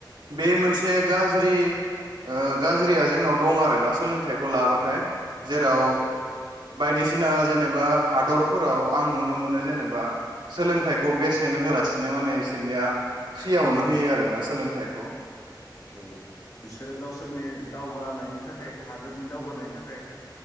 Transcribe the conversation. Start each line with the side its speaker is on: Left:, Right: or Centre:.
Right: बे मोन ग गाजया जोंनाव दं आरोना सोलोंथ थायखौ लाबाथाय
Left: उम
Right: जेराव बायदिसिना जेनेबा हादरफोराव आं नुनो मोनो जेनेबा सोलोंथाइखौ बेसे टेन होआलासिनो माने इसोरनिया फ्रियावनो
Left: औ
Right: होयो आरोना सोलोंथाइखौ
Left: औ बिसोरो गावसोरनि दावगानायनि थाखाय हादोरनि दावगानाय थाखाय